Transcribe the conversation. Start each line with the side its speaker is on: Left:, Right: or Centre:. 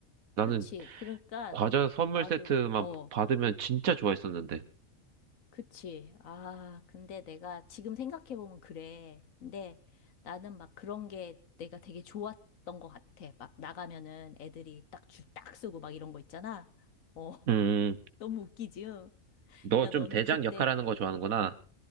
Right: 나는
Left: 그치. 그러니까
Right: 과자 선물
Left: 나도,
Right: 세트만
Left: 어.
Right: 받으면 진짜 좋아했었는데.
Left: 그치. 아, 근데 내가 지금 생각해보면 그래. 근데 나는 막 그런 게 내가 되게 좋았던 것 같아. 막 나가면은 애들이 딱 줄 딱 쓰고 막 이런 거 있잖아. 어, <laughs>
Right: 음,
Left: 너무 웃기지? 응?
Right: 너
Left: 야,
Right: 좀
Left: 너는
Right: 대장
Left: 그때,
Right: 역할하는 거 좋아하는구나.